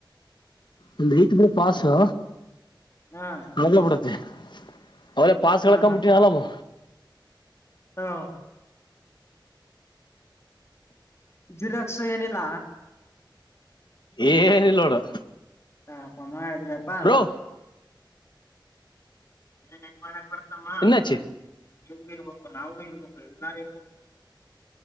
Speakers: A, on the left; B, on the left.
A: ಒಂದು ರೀತಿ ಬಿಡ್ ಪಾಸೊ
B: ಹಾ
A: ಮಗ್ಲ ಬಿಡತ್ತೆ ಅವಗ್ಲೇ ಪಾಸ್ಗ
B: ಹಾ
A: ಏಳಕಂಬಿಟ್ಟನ ಅಲ್ಲಮ್ಮ
B: ಹಾ ಜೆರಾಕ್ಸ್ ಏನಿಲ್ಲ
A: ಏನಿಲ್ಲ ನೋಡು
B: ಪ ಅಮ್ಮ ಎದರಪ್ಪ
A: ಬ್ರೋ
B: ಇನ್ ಹೆಂಗ್ ಮಾಡಕ್ ಬರ್ ಮ್ಮ
A: ಇನ್ನಾಚಿ
B: ಇರ್ಬೇಕು ನಾವವು ಇರ್ಬೇಕು ಎನಾರು ಇರ್ಬೇಕ